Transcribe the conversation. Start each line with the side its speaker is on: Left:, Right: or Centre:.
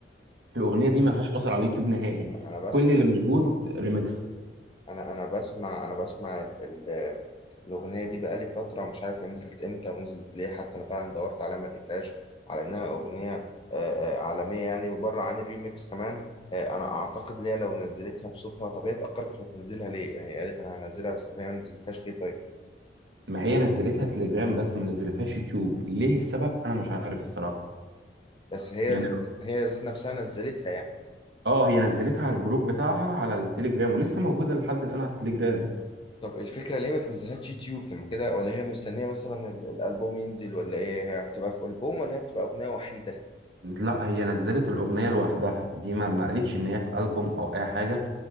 Right: الأغنية دي ملهاش أثر على اليوتيوب نهائي
Left: انا انا بسمع
Right: كل اللي موجود ريمكس
Left: انا انا بسمع انا بسمع ال ال الاغنيه دي بقالي فتره ومش عارف هي نزلت امتى ونزلت ليه حتى انا فعلا دورت عليها ما لقيتهاش على انها اغنيه آه، آه، عالميه يعني وبره عن الريميكس كمان آه، انا اعتقد ليها لو نزلتها بصوتها طب هي اتاخرت في تنزيلها ليه يعني هي قالت انا هنزلها بس طب هي ما نزلتهاش ليه طيب
Right: ما هي نزلتها تليجرام بس ما نزلتهاش يوتيوب ليه السبب انا مش عارف الصراحه
Left: بس هي
Right: يعني
Left: ذات هي ذات نفسها نزلتها يعني
Right: اه هي نزلتها على الجروب بتاعها على التليجرام ولسه موجوده لحد الان على التليجرام
Left: طب الفكرة ليه ما تنزلهاش يوتيوب طب ما كده ولا هي مستنية مثلا ال- الألبوم ينزل ولا إيه هي بتبقى في ألبوم ولا هي بتبقى أغنية وحيدة
Right: لا هي نزلت الاغنيه لوحدها دي ما ما قالتش ان هي في البوم او اي حاجه